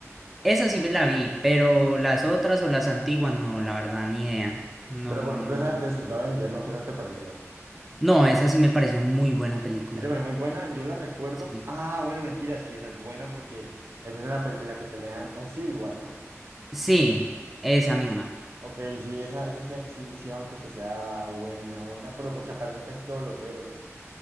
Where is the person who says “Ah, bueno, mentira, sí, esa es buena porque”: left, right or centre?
Right